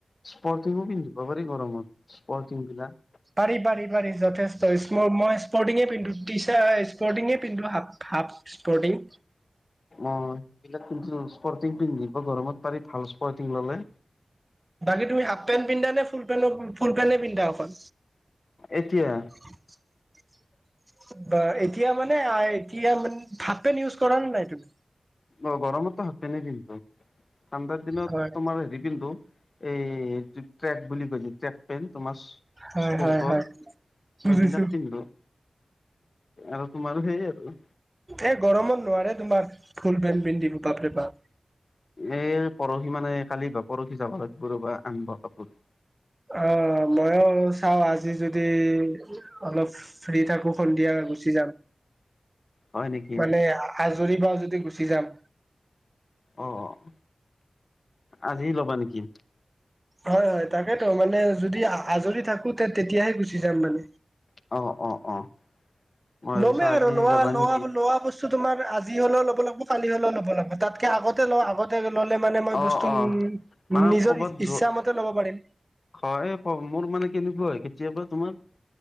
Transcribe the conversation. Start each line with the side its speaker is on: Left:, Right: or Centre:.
Left: স্পৰ্টিংও পিন্ধিবা পাৰি গৰমত স্পৰ্টিং বিলাক।
Right: পাৰি পাৰি পাৰি যথেষ্ট স্ম মই স্পৰ্টিঙে পিন্ধো টিছাৰ স্পৰ্টিঙে পিন্ধো। হাফ স্পৰ্টং।
Left: অ' সেইবিলাক স্পৰ্টিং পিন্ধিব গৰমত পাৰি ভাল স্পৰ্টিং ললে।
Right: বাকী তুমি হাফ পেণ্ট পিন্ধা নে ফুল পেণ্ট ফুল পেণ্টে পিন্ধা অকল?
Left: এতিয়া?
Right: <unintelligible> বা এতিয়া মানে এতিয়া মানে হাফ পেণ্ট ইউজ কৰা নে নাই তুমি?
Left: অ' গৰমততো হাফ পেণ্টে পিন্ধো। ঠাণ্ডাৰ দিনত
Right: হয়
Left: তোমাৰ হেৰি পিন্ধো। এইটো ট্ৰেক বুলি কয় যে ট্ৰেক। পেণ্ট তোমাৰ
Right: হয়
Left: স্পৰ্টৰ
Right: হয় হয়
Left: সেইবিলাক
Right: বুজিছো
Left: পিন্ধিলোঁ। আৰু তোমাৰো সেই আৰু।
Right: এই গৰমত নোৱাৰে তোমাৰ ফুল পেণ্ট পিন্ধিব বাপ ৰে বাপ।
Left: এ পৰহি মানে কালি বা পৰহি যাবা লাগিব ৰবা আনিবা কাপোৰ।
Right: অ' মইয়ো চাওঁ আজি যদি অলপ ফ্ৰী থাকো সন্ধিয়া গুচি যাম।
Left: হয় নেকি
Right: মানে আজৰি পাওঁ যদি গুচি যাম।
Left: অ' আজি ল'বা নেকি?
Right: হয় হয় তাকেতো মানে যদি আজৰি থাকো তেতিয়াহে গুচি যাম মানে।
Left: অ' অ' অ'। মই ভাবিছো
Right: ল'মেই
Left: আজি
Right: আৰু লোৱা
Left: যাবা
Right: লোৱা
Left: নেকি?
Right: লোৱা বস্তু স্তু তোমৰ আজি হলেওঁ ল'ব লাগিব কালি হলেওঁ ল'ব লাগিব, তাতকে আগতে ল আগ তে ললে মানে মই
Left: অ',
Right: বস্তু
Left: অ'।
Right: উ
Left: মানে
Right: নিজৰ
Left: ক'বাত
Right: ইচ্ছা
Left: যোৱা
Right: মতে ল'ব পাৰিম।
Left: হয় মোৰ মানে কেনেকুৱা হয় কেতিয়াবা তোমাৰ